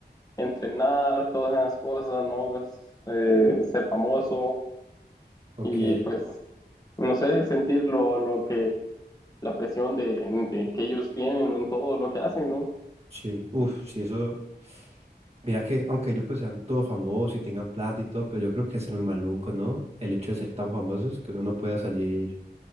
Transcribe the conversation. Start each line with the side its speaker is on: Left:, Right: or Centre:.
Left: entrenar, todas esas cosas, ¿no? Pues, eh, ser famoso.
Right: Ok,
Left: y pues, no sé, sentir lo, lo que, la presión de, de que ellos tienen en todo lo que hacen, ¿no?
Right: sí, uf, sí, eso. Mira que, aunque ellos pues sean todos famosos y tengan plata y todo, pero yo creo que es ser muy maluco, ¿no? El hecho de ser tan famosos que uno no pueda salir